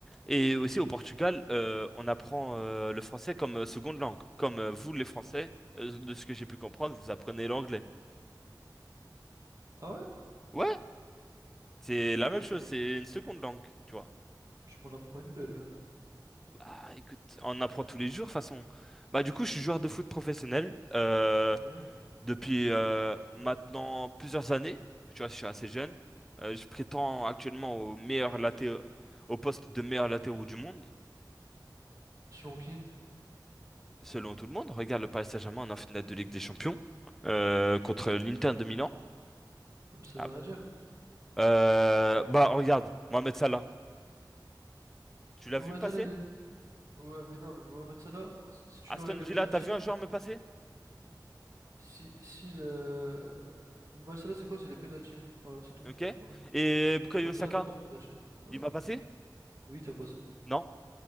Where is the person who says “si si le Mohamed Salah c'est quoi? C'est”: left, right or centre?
Right